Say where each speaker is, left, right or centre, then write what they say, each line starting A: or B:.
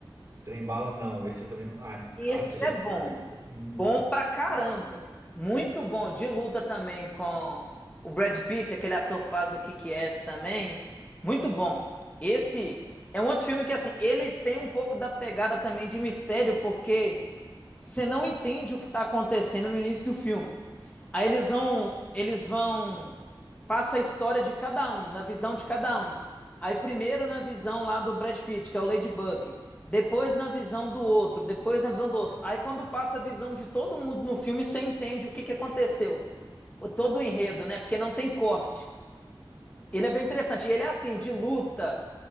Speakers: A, on the right; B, on the left.
A: Trem bala, não. Esse eu também não. Ah,
B: Esse
A: cara, você já
B: é
A: percebeu?
B: bom.
A: Hum,
B: Bom pra caramba. Muito bom. De luta também com o Brad Pitt, aquele ator que faz o Kick Ass também. Muito bom. Esse é um outro filme que, assim, ele tem um pouco da pegada também de mistério, porque você não entende o que está acontecendo no início do filme. Aí eles vão, eles vão, passa a história de cada um, na visão de cada um. Aí primeiro na visão lá do Brad Pitt, que é o Ladybug. Depois na visão do outro, depois na visão do outro. Aí quando passa a visão de todo mundo no filme, você entende o que, que aconteceu. O, todo o enredo, né? Porque não tem corte. Ele é bem interessante. E ele é assim, de luta,